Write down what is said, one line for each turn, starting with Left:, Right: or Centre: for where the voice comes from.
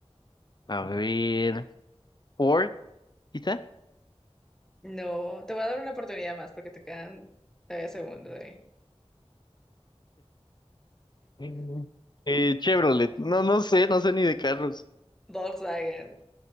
Left: A ver, Ford, quizá.
Centre: No, te voy a dar una oportunidad más porque te quedan todavía segundos ahí.
Left: Mm. Eh, Chevrolet, no, no sé, no sé ni de carros.
Centre: Volkswagen.